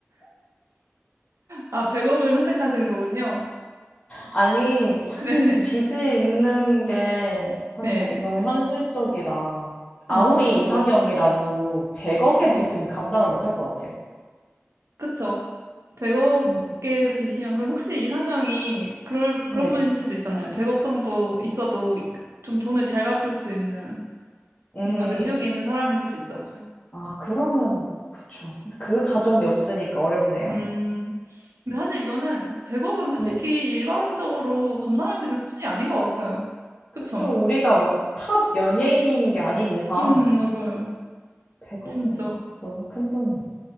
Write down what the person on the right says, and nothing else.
아, 100억을 선택하시는 거군요.
<laughs> 네,
네.
아,
사실.
그쵸.
그쵸. 100억에
비시면, 그럼 혹시 이상형이 그럴, 그런
분이실 수도 있잖아요. 100억 정도 있어도 좀 돈을 잘 갚을 수 있는
뭔가 능력이 있는 사람일 수도 있잖아요.
음. 근데 사실 이거는 100억은 솔직히
일반적으로 감당할 수 있는 수준이 아닌 것 같아요. 그쵸?
음, 맞아요.
진짜.